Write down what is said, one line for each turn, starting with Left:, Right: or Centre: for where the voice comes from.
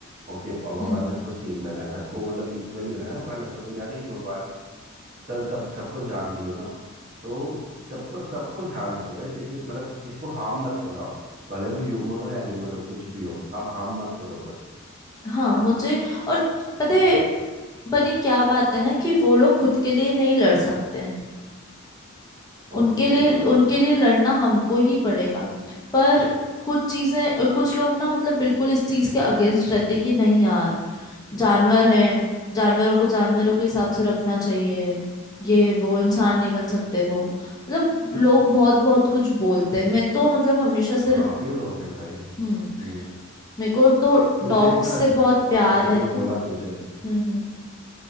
Right: ओके और भगवान
Left: हम्म
Right: सबको सेम बनाया सबको मतलब इक्वली बनाया भगवान ऐसा तो यानी नहीं कि भगवान सब सब सबको जान दिए ना तो सबको सबको ध्यान रखो भाई किसी मतलब किसी को हार्म मत करो आप भले वो ह्यूमन हो या एनिमल हो कुछ भी हो आप हार्म मत करो बस
Left: हाँ मुझे और पता है
Right: हम्म
Left: बनी क्या बात है ना कि वो लोग खुद के लिए नहीं लड़ सकते हैं
Right: ऑब्वियस
Left: उनके लिए
Right: सी बात
Left: उनके
Right: है
Left: लिए लड़ना हमको ही पड़ेगा पर कुछ चीजें अ, कुछ लोग ना मतलब बिल्कुल इस चीज के अगेंस्ट रहते हैं कि नहीं यार जानवर हैं जानवरों को जानवरों के हिसाब से रखना चाहिए ये वो इंसान नहीं बन सकते वो मतलब लोग बहुत बहुत कुछ बोलते हैं मैं तो मतलब हमेशा से
Right: काफी लोग है भाई
Left: हम्म
Right: हम्म
Left: मेरे को तो
Right: तुझे
Left: डॉग्स
Right: क्या लगता
Left: से बहुत
Right: है मतलब
Left: प्यार
Right: जैसे
Left: है
Right: मैंने
Left: तो
Right: बोला तुझे
Left: हम्म हम्म